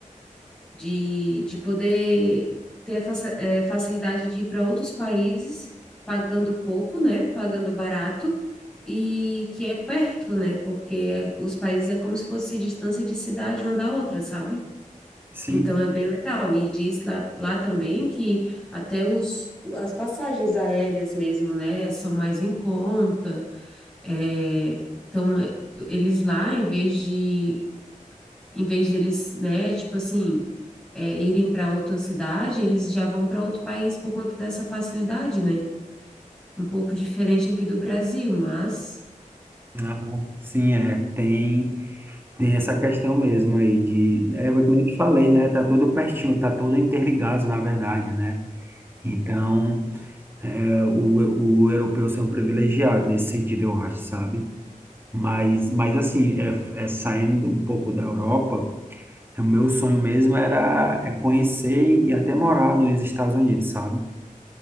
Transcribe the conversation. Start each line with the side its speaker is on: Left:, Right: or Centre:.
Centre: de, de poder ter a faci- eh, facilidade de ir para outros países, pagando pouco, né? Pagando barato, e que é perto, né? Porque é, os países é como se fosse distância de cidade uma da outra, sabe?
Right: sim,
Centre: Então é bem legal. E diz lá, lá também que até os, as passagens aéreas mesmo, né? São mais em conta. eh, então, eh, eles lá, em vez de em vez deles, né, tipo assim, é, irem para outra cidade, eles já vão para outro país por conta dessa facilidade, né? Um pouco diferente aqui do Brasil, mas.
Right: não, sim, é, tem, tem essa questão mesmo aí de, é, o que eu te falei, né? Tá tudo pertinho, tá tudo interligado, na verdade, né? Então,
Centre: Uhum,
Right: é, o, o europeu ser um privilegiado nesse sentido, eu acho, sabe? Mas, mas assim, é, é saindo um pouco da Europa. O meu sonho mesmo era é conhecer e até morar nos Estados Unidos, sabe?